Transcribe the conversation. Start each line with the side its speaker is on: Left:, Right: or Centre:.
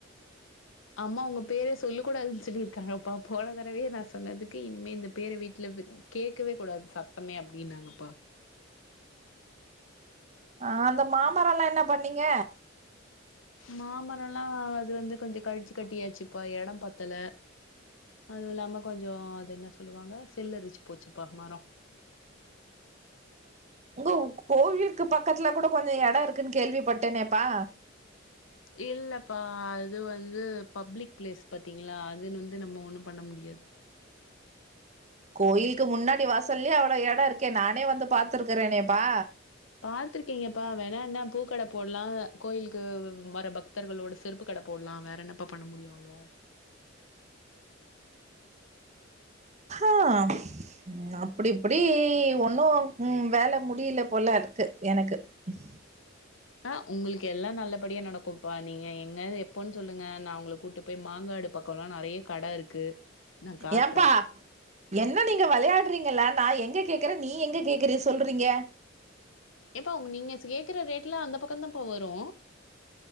Left: அம்மா உங்க பேரே சொல்ல கூடாதுன்னு சொல்லிருக்காங்கப்பா போன தடவ நா சொன்னதுக்கு இனிமே இந்த பேர வீட்ல கேட்கவே கூடாது சத்தமே அப்டின்னாங்கப்பா
Right: அ அந்த மாமரல்லா என்ன பண்ணீங்க
Left: மாமரல்லா அது வந்து கொஞ்ச கழிச்சு கட்டியாச்சுப்பா எடம் பத்தல அதுவுல்லாம கொஞ்ச அது என்ன சொல்லுவாங்க செல்லரிச்சு போச்சுப்பா மரோ
Right: உங்க கோவிலுக்கு பக்கத்துல கூட கொஞ்ச எட இருக்குன்னு கேள்விப்பட்டேனேப்பா
Left: இல்லப்பா அது வந்து பப்ளிக் பிளேஸ் பத்தீங்களா அதுன்னு வந்து நம்ம ஒண்ணு பண்ண முடியா து
Right: கோயிலுக்கு முன்னாடி வாசல்லேயே அவ்ளோ எட இருக்கே நானே வந்து பாத்துருக்கறேனேப்பா
Left: பாத்திருக்கீங்கப்பா வேணா என்னா பூக்கட போட்லா கோயிலுக்கு வர பக்தர்களோட செருப்பு கட போ ட்லா வேற என்னப்பா பண்ண முடியு அங்க
Right: ஆ ம் அப்படிப்படி ஒன்னு ம் வேல முடியல போல இருக்கு எனக்கு உ <inaudible>
Left: ஆ உங்களுக்கு எல்லா நல்லபடியா நடக்குப்பா நீங்க எங்க எப்போன்னு சொல்லுங்க நா உங்கள கூட்டு போய் மாங்கா டு பக்கோல்லா நறைய கட இருக்கு நான் காட்டுறேன்.
Right: ஏப்பா என்ன நீங்க விளையாட்றீங்களா நா எங்க ங்க கேக்குற நீ எங்க கேக்குற சொல்றீங்க
Left: ஏப்பா உங்க நீங்க கேக்குற ரேட்ல அந்த பக்க தாப்பா வரு